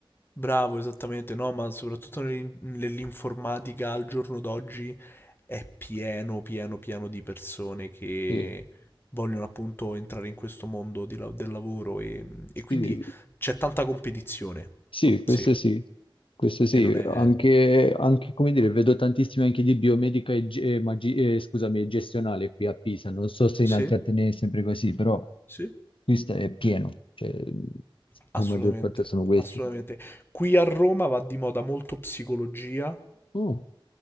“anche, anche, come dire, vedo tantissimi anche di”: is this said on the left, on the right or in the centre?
Left